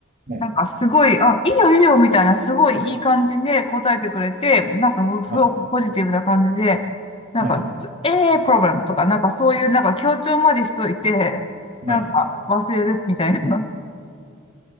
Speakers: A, on the right (about 40°); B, on the left (about 25°).
A: はい。
B: なんかすごい、あ、いいよいいよみたいな、すごいいい感じで答えてくれて、なんかすごいポジティブな感じで、
A: はい。
B: なんか、
A: はい。
B: ええー、プロブレムとか、なんかそういうなんか強調までしといて、なんか忘れるみたいな、
A: はい。